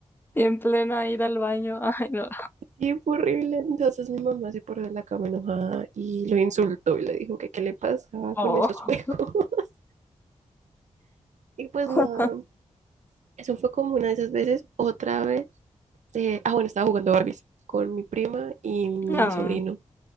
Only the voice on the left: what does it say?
Y en plena ir al baño, <laughs> ay, no.
Oh.
<laughs>
Ah,